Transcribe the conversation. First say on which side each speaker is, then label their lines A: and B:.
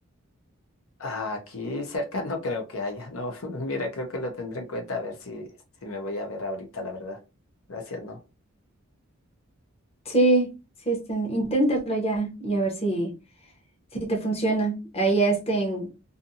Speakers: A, on the left; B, on the left.
A: aquí cerca <laughs> no creo que haya, ¿no? <laughs> Mira, creo que lo tendré en cuenta a ver si, si me voy a ver ahorita, la verdad. Gracias, ¿no? <laughs>
B: Sí, sí, este, inténtalo ya y a ver si, si te funciona. Ahí ya estén